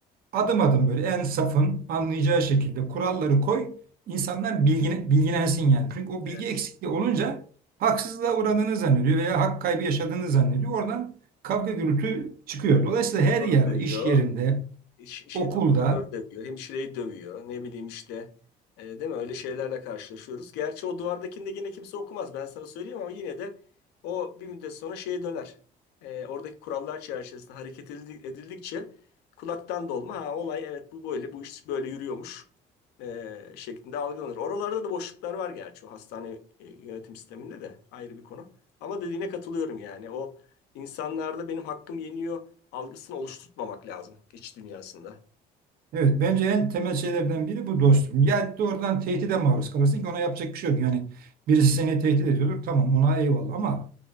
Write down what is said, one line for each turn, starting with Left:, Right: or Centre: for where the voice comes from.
Right: Adım adım böyle en safın anlayacağı şekilde kuralları koy. İnsanlar bilgine, bilgilensin yani. Çünkü o
Left: Evet.
Right: bilgi eksikliği olunca haksızlığa uğradığını zannediyor veya hak kaybı yaşadığını zannediyor. Oradan kavga gürültü çıkıyor. Dolayısıyla her
Left: Soru
Right: yerde,
Left: duyuyor.
Right: iş yerinde,
Left: Ş- şey
Right: okulda
Left: doktorları dövüyor, hemşireyi dövüyor. Ne bileyim işte. E, değil mi? Öyle şeylerle karşılaşıyoruz. Gerçi o duvardakinde yine kimse okumaz. Ben sana söyleyeyim ama yine de o bir müddet sonra şeye döner. E, oradaki kurallar çerçevesinde hareket edildi- edildikçe kulaktan dolma. Ha, olay evet bu böyle, bu iş böyle yürüyormuş e, şeklinde algılanır. Oralarda da boşluklar var gerçi o hastane e, yönetim sisteminde de ayrı bir konu. Ama dediğine katılıyorum yani. O insanlarda benim hakkım yeniyor algısını oluşturtmamak lazım iç dünyasında.
Right: Evet, bence en temel şeylerden biri bu dostum. Ya doğrudan tehdide maruz kalırsın ki ona yapacak bir şey yok. Yani birisi seni tehdit ediyordur, tamam ona eyvallah ama